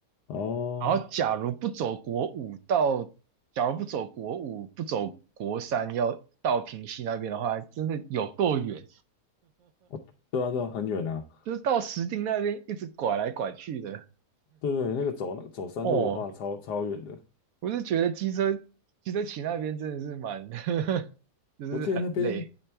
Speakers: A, on the left; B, on the right.
A: 哦，
B: 然后假如不走国五到，假如不走国五不走国三要到平溪那边的话，真的有够远。
A: 哦对啊对啊，很远啊，
B: 就是到石碇那边一直拐来拐去的。
A: 对对，那个走那走山路的话，
B: 哦，
A: 超超远的。
B: 我是觉得机车机车骑那边真的是蛮，<laughs> 就是很累。
A: 我记得那边，